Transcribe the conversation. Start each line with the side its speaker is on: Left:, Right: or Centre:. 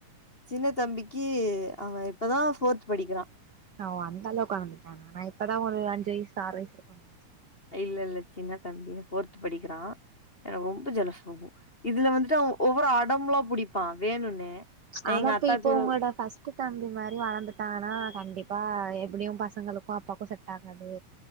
Left: சின்ன தம்பிக்கு அவெ இப்பதா ஃபோர்த்து படிக்கிறா
Right: அவ அந்த அளவ்க்கு வளந்துட்டானா நா இப்பதா ஒரு அஞ்சு வயசு ஆறு வயசு இருக்குன் நெனச்சே
Left: இல்லெல்ல சின்ன தம்பி ஃபோர்த்து படிக்கிறா எனக்கு ரொம்ப ஜெலசாகு இதுல வந்துட்டு அவ ஒவ்வொரு அ டம்லா புடிப்பா வேணுன்னே நா
Right: ஆமா
Left: எங்க
Right: இப்ப
Left: அத்தா
Right: இப்போ
Left: கூட
Right: உங்களோட ஃபர்ஸ்ட்டு தம்பி மாரி வளந்துட்டானா கண்டிப் பா எப்புடியு பசங்களுக்கு அப்பாக்கு செட் ஆகாது